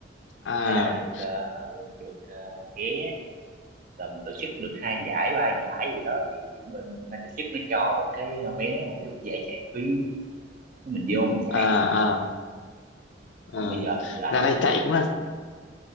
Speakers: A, on the left (about 80°); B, on the right (about 45°).
A: À,
B: thế là được ờ, ừ, được ờ, vé tầm tổ chức được hai giải ba giải gì đó thì bên ban tổ chức nó cho một cái ờ, vé một cái giải chạy phí mình vô mình chạy
A: à, à. Ờ,
B: còn bây giờ thì rảnh
A: dạo này
B: thì
A: chạy cũng là